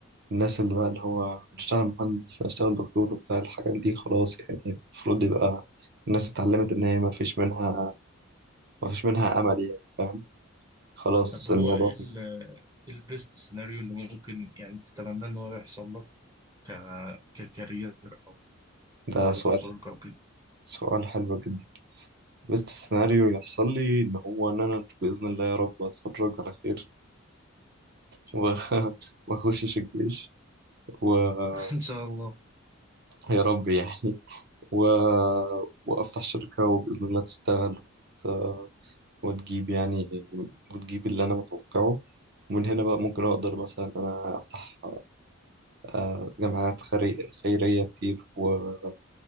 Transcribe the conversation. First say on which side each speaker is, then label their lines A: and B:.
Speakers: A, on the right (about 55°); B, on the right (about 20°).
A: الناس اللي بقى اللي هو اشتغل مهندس اشتغل دكتور وبتاع الحاجات دي خلاص يعني المفروض يبقى الناس اتعلمت ان هي ما فيش منها ما فيش منها امل يعني فاهم خلاص
B: طب هو
A: الموضوع
B: ايه ال- إيه البيست سيناريو اللي ممكن يعني تتمنى ان هو يحصل لك ك ككارير او
A: ده
B: بعد
A: سؤال
B: التخرج او كده
A: سؤال حلو جدا بس السيناريو يحصل لي ان هو ان انا باذن الله يا رب اتخرج على خير
B: ان شاء
A: و-
B: الله
A: <laughs> وما اخشش الجيش ويا
B: <laughs> ان شاء الله
A: رب يعني <laughs> و... وافتح شركة وباذن الله تشتغل وت... وتجيب يعني وتجيب اللي أنا متوقعه ومن هنا بقى ممكن أقدر مثلا إن أنا أفتح آه، جمعيات خيري- خيرية كتير و-